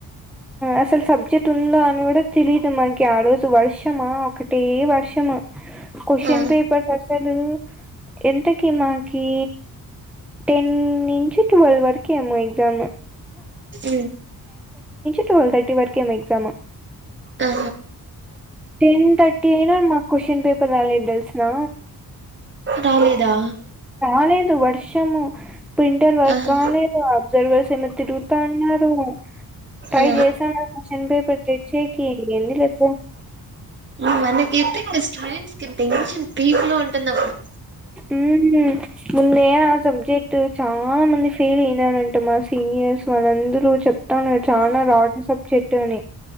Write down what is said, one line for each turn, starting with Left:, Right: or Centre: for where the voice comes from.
Centre: అసలు సబ్జెక్ట్ ఉందా అని కూడా తెలీదు మకి ఆ రోజు వర్షమా ఒకటే వర్షమా క్వశచన్
Right: ఆ
Centre: పేపర్స్ అసలు ఎంతకి మాకి టెన్ నుంచి ట్వెల్వ్ వరకు ఏమో ఎగ్జామ్
Right: అ
Centre: ట్టువల్థర్టీ వరకు ఏమో ఎగజాము
Right: ఆ
Centre: టెన్ థర్టీ అయినా మాకు క్వశ్చన్ పేపర్ రాలేదు తెల్సా
Right: రాలేదా
Centre: రాలేదు వర్షము ప్రింటర్ వర్క్
Right: ఆహా
Centre: కాలేదు అబ్జర్వేషన్ తిరుగుతాన్నారు ట్రై
Right: ఆ
Centre: చేశాన్న క్యషన్ పేపర్ తెచ్చేకి ఏంది లేపో
Right: ఉహ్మ్ మనకయితే ఇంకా స్టూడెంట్స్ కి టెన్షన్ పీక్ లో ఉంటుంది అప్పుడు
Centre: ఉహ్మ్ హు ముందే ఆ సబ్జెక్ట్ చాలా మంది ఫెయిల్ అయినారంట మాసి సీనియర్స్ వాళ్ళందరు చెప్తానురు చానా రాడ్ సబ్జెక్ట్ అని